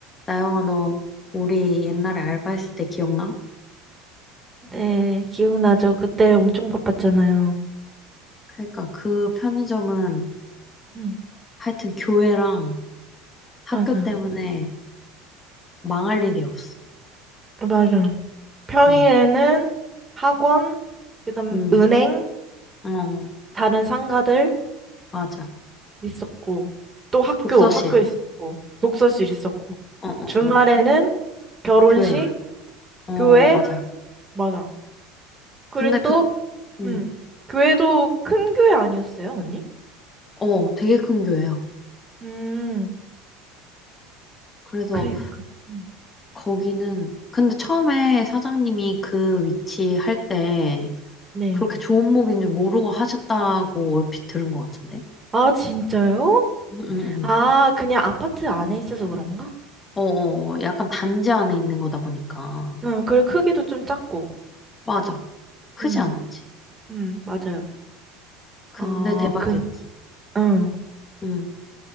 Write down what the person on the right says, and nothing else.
네, 기억나죠? 그때 엄청 바빴잖아요.
음.
맞아,
맞아. 평일에는
학원, 그다음
은행,
다른 상가들
있었고, 또 학교,
학교
있었고, 독서실 있었고,
주말에는
결혼식,
교회,
맞아. 그리고
또,
음, 교회도 큰 교회 아니었어요, 언니?
음.
그, 그, 음,
네.
아, 진짜요?
아, 그냥 아파트 안에 있어서 그런가?
응, 그리고 크기도 좀 작고.
응
응 맞아요.
어,
근, 응.